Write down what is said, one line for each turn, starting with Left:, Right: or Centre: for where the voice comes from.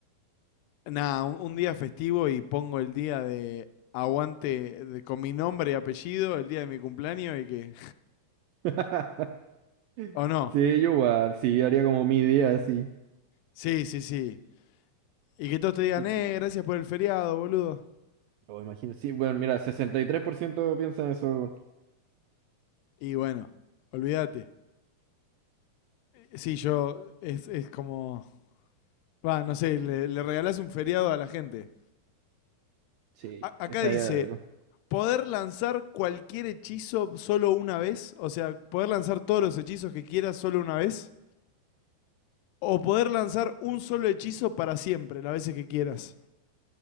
Left: Nada, un, un día festivo y pongo el día de aguante de- con mi nombre y apellido, el día de mi cumpleaños y que...
Right: <laughs>
Left: <laughs> ¿O no?
Right: Sí, yo igual, sí, haría como mi día así.
Left: Sí, sí, sí. Y que todos te digan,
Right: Lo
Left: eh, gracias por el feriado, boludo.
Right: imagino. Sí, bueno, mira, 63% piensa en eso, weón.
Left: Y bueno, olvídate. Sí, yo. Es, es como. Va, no sé, le, le regalás un feriado a la gente.
Right: Sí,
Left: A- acá
Right: estaría
Left: dice:
Right: de loco.
Left: poder lanzar cualquier hechizo solo una vez. O sea, poder lanzar todos los hechizos que quieras solo una vez. O poder lanzar un solo hechizo para siempre, las veces que quieras.